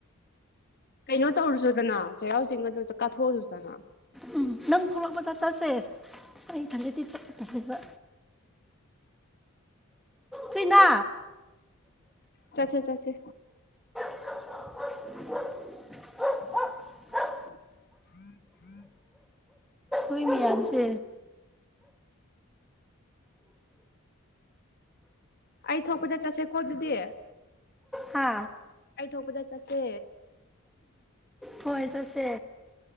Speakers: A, on the left; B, in the centre.
A: ꯀꯩꯅꯣ ꯇꯧꯔꯨꯁꯨꯗꯅ ꯆꯩꯔꯥꯎ ꯆꯤꯡ ꯑꯗꯨ ꯆ ꯀꯥꯊꯣꯛꯑꯨꯗꯅ
B: ꯎ ꯅꯪ ꯐꯂꯛꯄ ꯆꯥꯠ ꯆꯁꯦ ꯑꯩ ꯈꯟꯂꯗꯤꯤ ꯆꯠꯄ ꯊꯂꯕ ꯄꯤꯅꯥ
A: ꯆꯆꯥꯦ ꯆꯥꯆꯦ
B: <inaudible>
A: ꯎꯝ ꯎꯝ
B: ꯣꯏꯅꯌꯥꯝꯌꯥꯝꯁꯦ
A: ꯑꯩ ꯊꯣꯛꯄꯗ ꯆꯠꯁꯦꯀꯣ ꯑꯗꯨꯗꯤ
B: ꯍꯥ
A: ꯑꯩ ꯊꯣꯛꯄꯗ ꯆꯠꯁꯦ
B: ꯍꯣꯏ ꯆꯠꯁꯦ